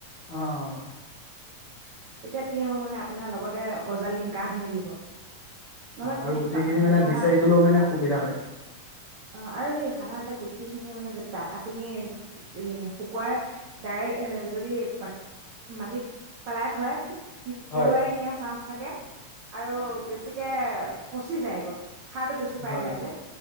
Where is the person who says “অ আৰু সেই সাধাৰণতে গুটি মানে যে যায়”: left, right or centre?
Right